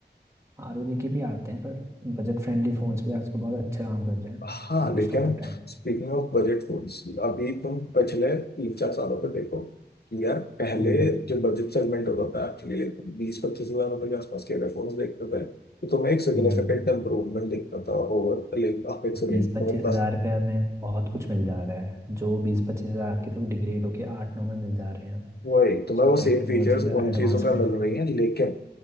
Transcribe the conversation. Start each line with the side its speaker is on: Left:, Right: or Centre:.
Right: आर ओ जी के भी आते हैं पर बजट फ्रेंडली फ़ोन्स भी आजकल बहुत अच्छा काम कर रहे हैं
Left: हाँ
Right: मोस्ट
Left: लेकिन
Right: ऑफ द टाइम
Left: स्पीकिंग ऑफ बजट फोन्स अभी तुम पिछले तीन चार सालों पे देखो कि यार पहले
Right: हम्म
Left: जो बजट सेगमेंट होता था एक्चुअली बीस पच्चीस हजार रुपए के आसपास के अगर फोन्स देखते थे तो तुम्हें एक सिग्निफिकेंट
Right: हम्म,
Left: इम्प्रूवमेंट दिखता था over like apex range
Right: बीस पच्चीस
Left: over
Right: हजार
Left: दस
Right: रुपये में बहुत कुछ मिल जा रहा है जो बीस पच्चीस हजार के थे वो डिग्रेड होके आठ नौ में मिल जा रहे हैं
Left: वही तुम्हें
Right: सर
Left: वो सेम
Right: टेक्नोलॉजी
Left: फीचर्स
Right: का
Left: उन
Right: एडवांसमेंट
Left: चीजों पर मिल रही हैं लेकिन